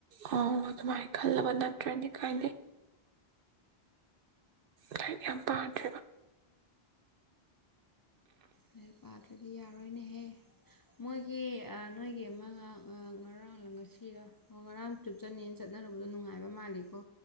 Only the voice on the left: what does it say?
ꯂꯩꯔꯤꯛ ꯄꯥꯗ꯭ꯔꯗꯤ ꯌꯥ ꯔꯣꯏꯅꯦꯍꯦ ꯃꯣꯏꯒꯤ ꯑ ꯅꯣꯏꯒꯤ ꯑꯃ ꯉꯥꯡ ꯉꯔꯥꯡ ꯂ ꯉꯁꯤꯔ ꯉꯔꯥꯡ ꯇ꯭ꯔꯤꯞ ꯆꯠꯅꯦꯅ ꯆꯠꯅꯔꯨꯕꯗꯣ ꯅꯨꯡꯉꯥꯏꯕ ꯃꯥꯜꯂꯤꯀꯣ